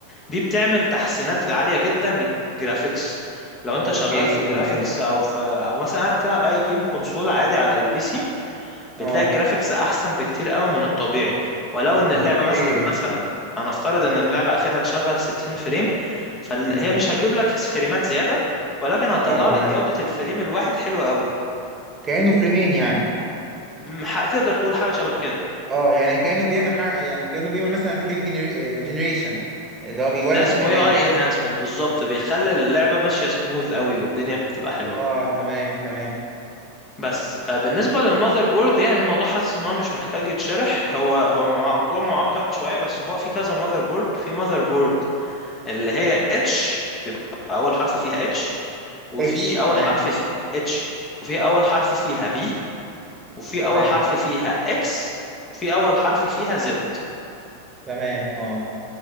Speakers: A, on the left; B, on the right.
A: دي بتعمل تحسينات عالية جدا للجرافيكس لو انت
B: أوكي
A: شغال في
B: تمام
A: جرافيكس او في او مثلا قاعد بتلعب اي جيم كونسول عادي على البي سي بتلاقي
B: أه
A: الجرافيكس احسن بكتير قوي من الطبيعي ولو ان
B: اوكي
A: اللعبه مثلا مثلا انا افترض ان اللعبه اخرها تشغل 60 فريم فهي
B: امم
A: مش هتجيب لك في فريمات زياده ولكن هتطلع
B: اه تمام
A: لك جوده الفريم الواحد حلوه قوي
B: كأنه فريمين يعني
A: م- ح- تقدر تقول حاجه شبه كده
B: اه يعني كأنه بيعمل حق يعني كأنه بيعمل مثلا فريم جنريشن ده هو بيولد
A: ده اسمه
B: فريمات
A: اي اي انهانسمنت بالظبط بيخلي اللعبه ماشيه سموث قوي والدنيا بتبقى حلوه
B: اه تمام تمام
A: بس آه، بالنسبه للمذر بورد يعني الموضوع حاسس ان هو مش محتاج يتشرح هو هو مو- موضوع معقد شويه بس هو في كذا مذر بورد في مذر بورد اللي هي اتش بيبقى اول حرف فيها اتش وفي
B: اتش
A: اول
B: تمام
A: حرف في اتش وفي اول حرف فيها بي وفي
B: تمام
A: اول حرف فيها اكس وفي اول حرف فيها زد
B: تمام اه